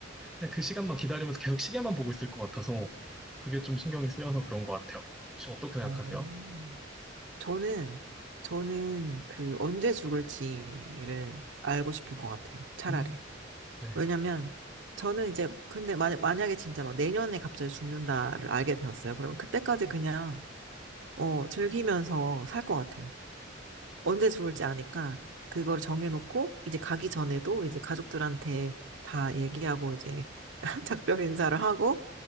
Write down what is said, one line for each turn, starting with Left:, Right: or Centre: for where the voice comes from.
Centre: 그냥 그 시간만 기다리면서 계속 시계만 보고 있을 것 같아서 그게 좀 신경이 쓰여서 그런 것 같아요. 혹시 어떻게 생각하세요?
Right: 어, 저는, 저는 그 언제 죽을지를 알고 싶을 것 같아요. 차라리.
Centre: 음, 네.
Right: 왜냐면, 저는 이제, 근데 만, 만약에 진짜 막 내년에 갑자기 죽는다를 알게 되었어요. 그러면 그때까지 그냥 어, 즐기면서 살 것 같아요. 언제 죽을지 아니까 그걸 정해놓고 이제 가기 전에도 이제 가족들한테 다 얘기하고 이제 <laughs> 작별 인사를 하고